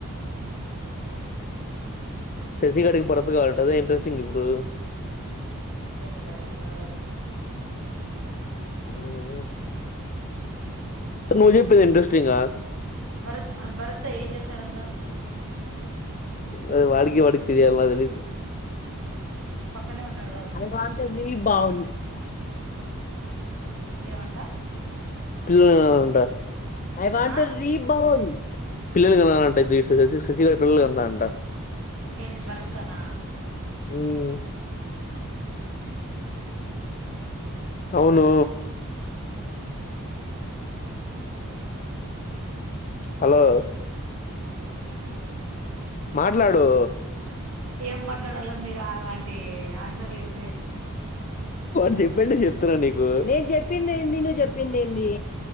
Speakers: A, on the right; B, on the left.
A: శశి గాడికి
B: శశి గాడికి భరత్ కావాలట అదే ఇంట్రెస్టింగ్ ఇప్పుడు
A: అదే ఏం ఇంట్రెస్టింగా లేదు ఎప్పుడో తెలుసు నాకు
B: ఓ ఓ సార్ నువ్ చెప్పేది ఇంట్రెస్టింగ్ ఆ
A: భరత్ హా భరత్ తో ఏం చేస్తాడంట
B: అది వాడికి వాడికి తెలియాల నాకు తెలీదు
A: నీ పక్కనే ఉన్నాడు కదా
B: అది బాగుంటుంది ది బాగుంన్
A: ఏమంట
B: పిల్లల్ని కనాలంట ఐ వాంట్
A: ఆ
B: టు రీబౌంన్ పిల్లల్ని కనాలంట ఇదీ శాసి శశిికళ పిల్లలు కంది అంట
A: ఏంది భరత్ తో నా
B: హుమ్ అవును హలో
A: మ్ హు
B: మాట్లాడు
A: ఏం మాట్లాడల మీరు అలాంటి ఆన్సర్లు ఇస్తే
B: వాడు చెప్పండే చెప్తున్నా నీకు నేను చెప్పింది ఏంది నువ్వు చెప్పింది ఏంది